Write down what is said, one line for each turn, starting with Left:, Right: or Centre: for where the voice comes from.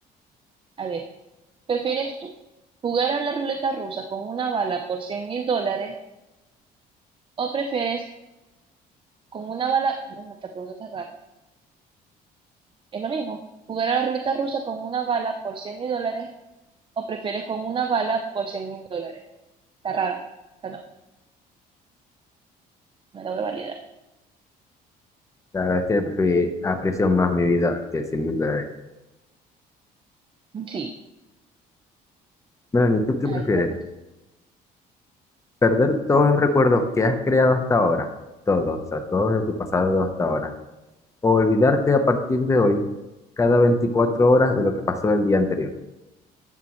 Right: A ver. ¿Prefieres tú jugar a la ruleta rusa con una bala por cien mil dólares o prefieres con una bala, no, no, esta pregunta está rara, es lo mismo, jugar a la ruleta rusa con una bala por 100 mil dólares o prefieres con una bala por 100 mil dólares? Está rara, esta no, me la voy a validar.
Left: La verdad es que prefi- aprecio más mi vida que cien mil dólares.
Right: Sí,
Left: Melanie, ¿tú qué
Right: a
Left: prefieres?
Right: lo cuento.
Left: ¿Perder todos los recuerdos que has creado hasta ahora? Todos, o sea, todos de tu pasado hasta ahora. ¿O olvidarte a partir de hoy cada 24 horas de lo que pasó el día anterior?